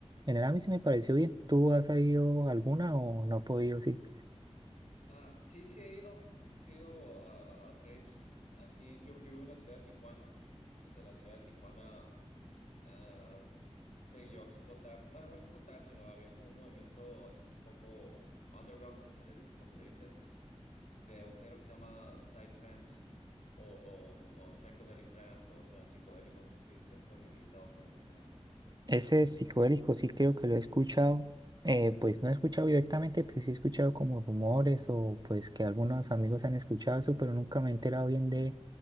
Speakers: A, on the right; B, on the left.
A: En general a mí sí me pareció bien. ¿Tú has ido alguna o no has podido? Sí.
B: Ah, sí, sí he ido. Sí he ido a raves. Aquí yo, yo vivo en la ciudad de Tijuana. Entonces, en la ciudad de Tijuana ah, se llegó a explotar, bueno, no explotar, sino había como un movimiento así un poco underground, como se le, como se le dice, de un género que se llama psytrance o, o, o psychedelic trance o trance psicodélico, no sé si estás familiarizado con ese género.
A: Ese psicodélico sí creo que lo he escuchado, eh, pues no he escuchado directamente, pero sí he escuchado como rumores o pues que algunos amigos han escuchado eso, pero nunca me he enterado bien de,